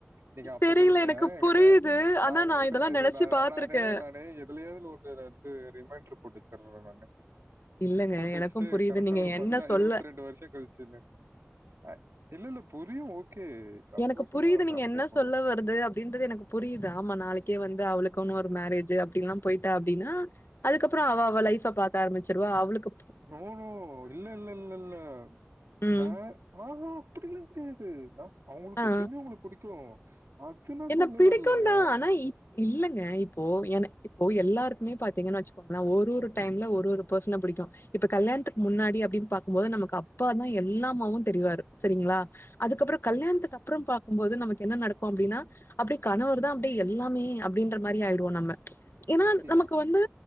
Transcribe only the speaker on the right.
நீங்க அப்ப
சொல்லுங்க
என்கிட்ட
அவுங்ககிட்ட
நா இது
ந
நானே ந னு எதுலியோ இதுல வந்து இதுல வந்துட்டு ரிமைண்டர் போட்டுச்சர்றே நானு
போட்டு
வச்சுட்டு
கரெக்டா
ஒரு
பதினா
இருவத் ரெண்டு வருஷ கழிச் <inaudible> இல்ல இல்ல புரியு ஓகே சந்தோஷம்
தான்
சந்தேகம்
இல்ல.
நோ நோ இல்ல இல்ல இல்ல இல்ல
நா ஆஹான் அப்டில்லா கெடையாது நா அவுங்களுக்கு
எப்பயுமே உங்கள புடிக்கு அது நா
சொல்ல
வர்லங்க
அப்படியா?